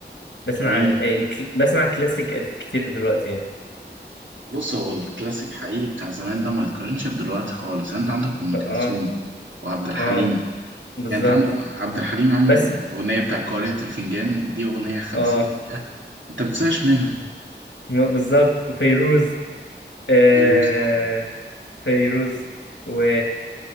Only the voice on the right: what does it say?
جميل
بص هو الكلاسيك حقيقي بتاع زمان ده ما يتقارنش بدلوقتي خالص يعني انت عندك ام
كلثوم
وعبد الحليم
يعني انت عندك عبد الحليم عمل
الاغنيه بتاع قارئة الفنجان دي اغنيه 50
دقيقه انت ما بتزهقش منها
فيروز طبعا